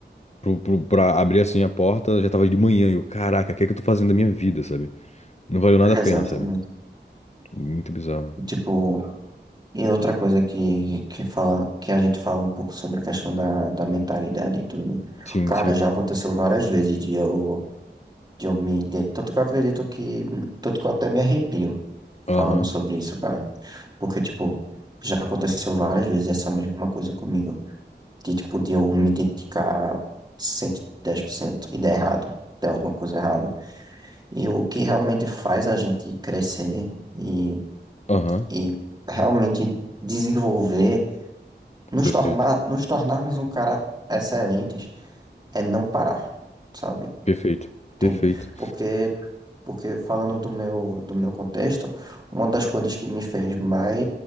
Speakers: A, on the left (about 35°); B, on the right (about 20°).
A: pro, pro, pra abrir assim a porta, já tava de manhã. E eu, caraca, o que é que eu tô fazendo da minha vida, sabe? Não valeu nada
B: exatamente.
A: a pena, sabe? Muito bizarro.
B: E, Tipo, e outra coisa que, que fala, que a gente fala um pouco sobre a questão da, da mentalidade e tudo.
A: Sim,
B: Cara,
A: sim.
B: já aconteceu várias vezes de eu de eu me ident- tanto que eu acredito que, tanto que eu até me arrepio
A: Aham,
B: falando sobre isso, cara, porque, tipo, já aconteceu várias vezes essa mesma coisa comigo, de, tipo, de eu me dedicar cento, e dez por cento e dar errado, dar alguma coisa errada, e o que realmente faz a gente crescer e,
A: aham.
B: e realmente desenvolver, nos
A: Perfeito,
B: tornar, nos tornarmos um cara excelentes, é não parar, sabe?
A: perfeito,
B: Entende?
A: perfeito.
B: Porque Porque falando do meu, do meu contexto, uma das coisas que me fez mais,